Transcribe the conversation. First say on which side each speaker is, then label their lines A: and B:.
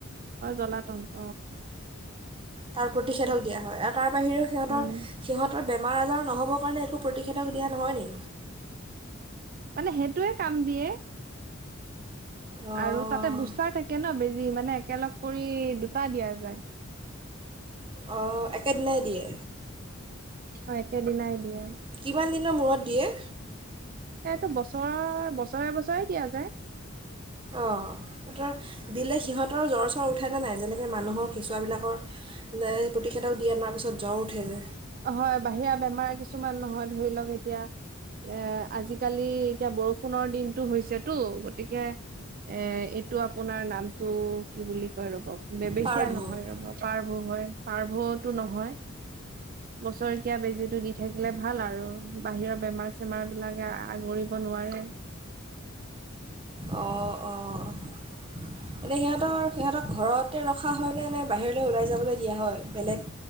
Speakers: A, on the right (about 45°); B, on the right (about 25°).
A: জ্বলাতংক
B: তাৰ প্ৰতিষেধক দিয়া হয় আৰ তাৰ বাহিৰেও সিহঁতৰ
A: উম
B: সিহঁতৰ বেমাৰ আজাৰ নহ'বৰ কাৰণে একো প্ৰতিষেধক দিয়া নহয় নি?
A: মানে সেইটোয়ে কাম দিয়ে।
B: অঁ
A: আৰু তাতে বুষ্টাৰ থাকে ন' বেজি মানে একেলগ কৰি দুটা দিয়া যায়।
B: অ', একেদিনাই দিয়ে।
A: অ', একে দিনাই দিয়ে।
B: কিমান দিনৰ মূৰত দিয়ে?
A: এইটো বছৰ বছৰে বছৰে দিয়া যায়।
B: অ', দিলে সিহঁতৰ জ্বৰ চ্বৰ উঠে নে নাই যেনেকৈ মানুহৰ কেঁচুৱাবিলাকৰ প্ৰতিষেধক দিয় আনাৰ পিছত জ্বৰ উঠে যে?
A: হয় বাহিৰা বেমাৰ কিছুমান নহয় ধৰি লওঁক এতিয়া এ আজিকালি এতিয়া বৰষুণৰ দিনতটো হৈছেতো গতিকে এ, এইটো আপোনাৰ নামটো কি বুলি কয় ৰ'ব বেছিয়া
B: পাৰ্ভ
A: নহয় ৰ'ব পাৰব হয়। পাৰ্ভটো নহয় বছৰি কীয়া বেজিটো দি থাকিলে ভাল আৰু। বাহিৰৰ বেমাৰ চেমাৰ বিলাকে আগৰিব নোৱাৰে।
B: অ', অ'। এনে সিহঁতৰ সিহঁতক ঘৰত তাতে ৰখা হয় নে নে বাহিৰলৈ ওলাই যাবলৈ দিয়া হয়, বেলেগ